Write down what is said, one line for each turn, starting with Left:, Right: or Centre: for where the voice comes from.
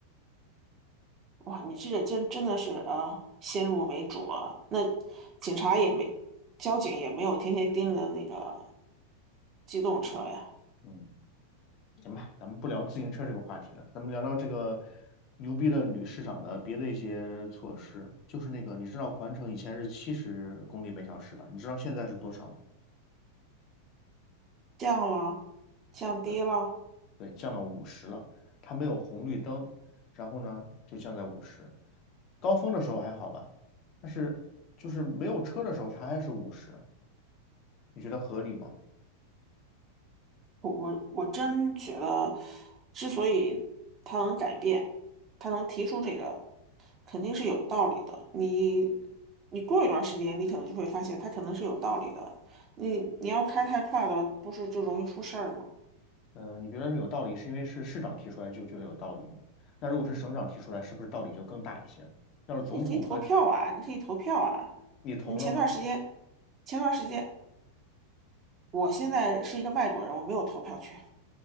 Right: 哇，你这个真真的是啊，先入为主啊。那警察也没，交警也没有天天盯着那个机动车呀，
Left: 嗯。行吧，咱们不聊自行车这个话题了，咱们聊聊这个牛逼的女市长的别的一些措施。就是那个，你知道环城以前是七十公里每小时吧？你知道现在是多少吗？
Right: 降了，降低了。
Left: 对，对，降到五十了。它没有红绿灯，然后呢就降在五十。高峰的时候还好吧，但是就是没有车的时候它还是五十，你觉得合理吗？
Right: 我我我真觉得，之所以他能改变，他能提出这个，肯定是有道理的。你你过一段时间，你可能就会发现他可能是有道理的。你你要开太快了，不是就容易出事儿吗？
Left: 呃，你觉得是有道理，是因为是市长提出来就觉得有道理吗？那如果是省长提出来，是不是道理就更大一些了？要是总统和
Right: 那你可以投票啊，你可以投票啊。
Left: 你投了吗？
Right: 你前段时间，前段时间，我现在是一个外国人，我没有投票权。